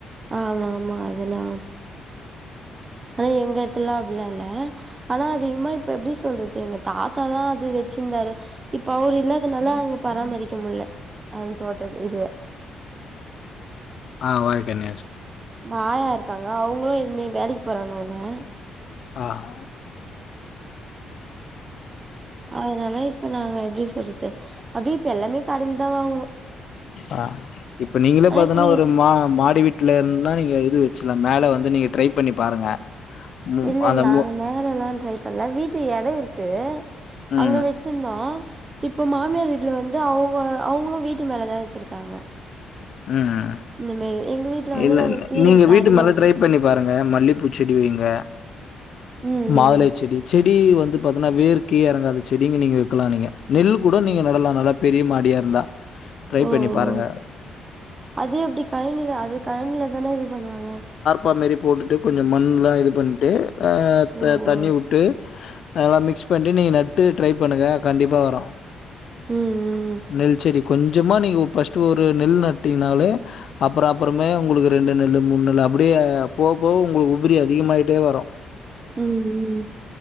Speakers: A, on the right (about 30°); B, on the left (about 60°).
A: ஆமா ஆமா அதுன ஆனா எங்க எடத்துலல்லா அப்டிலா இல்ல ஆனா அதிகமா இப்ப எப்டி சொல்றது எங்க தாத்தாதா அது வச்சிருந்தாரு இப்ப அவர் இல்லாதனால அங்க பராமரிக்க முடியல அந்த தோட்டத் இதுவ
B: ஆஹ் ஒகே னா
A: பாவா இருக்காங்க அவங்களும் இனிமே வேலைக்கு போறாங்க வா
B: ஆஹ்
A: அதனால இப்ப நாங்க எப்படி சொல்றது அப்படி இப்ப எல்லாமே கடையிலதா வாங்குறோ
B: ஆஹ் இப்ப நீங்களே
A: ஆனா
B: பாத்தீன்னா
A: இப்ப நீ
B: ஒரு மா மாடி வீட்டு ல இருந்தா நீங்க இது வச்சலாம் மேல வந்து நீங்க ட்ரை பண்ணி பாருங்க ம்
A: இல்ல
B: அந்த
A: நாங்க
B: மு
A: மேல எல்லாம் ட்ரை பண்ணல வீட்டு இடம் இருக்கு
B: ம்
A: அங்க வச்சிருந்தோம் இப்போ மாமியார் வீட்ல வந்து அவங்க அவங்களு வீட்டு மேலதா வச்சிருக்காங்க
B: ம்
A: இந்த மாரி எங்க வீட்ல வந்து
B: இல்ல
A: நாங்க
B: இல்ல
A: கீழ
B: நீங்க
A: தரைல
B: வீட்டு மேல
A: வச்சோ
B: ட்ரை பண்ணி பாருங்க மல்லிப்பூ செடி வைங்க
A: ம்
B: மாதுளை
A: ம்
B: செடி செடி செடி வந்து பாத்தீங்கன்னா வேர் கீழ இறங்காத செடிங்க நீங்க வைக்கலாம் நீங்க நெல் கூட நீங்க நடலாம் நல்லா பெரிய மாடியா இருந்தா ட்ரை
A: ஓ
B: பண்ணி பாருங்க
A: ஓ அது அப்படி கழநில அது கழநிலதானே இது பண்ணுவாங்க
B: அப்பா மாரி போட்டுட்டு கொஞ்சம் மண்லா இது பண்ட்டு ஆஹ்
A: ஓ
B: தண்ணி
A: ஓ
B: உட்டு நல்லா மிக்ஸ் பண்ணி நீங்க நட்டு ட்ரை பண்ணுங்க கண்டிப்பா வரும்
A: ம் ம்
B: நெல் செடி கொஞ்சமா நீங்க ஃபர்ஸ்ட் ஒரு நெல் நட் நெட்டிகனாலே அப்பறம் அப்பறமே இரண்டு நெல்லு மூனு நெல்லு அப்படியே போகப்போ உங்களுக்கு உபரி அதிகமாயிட்டே வரும்
A: உஹம் உம்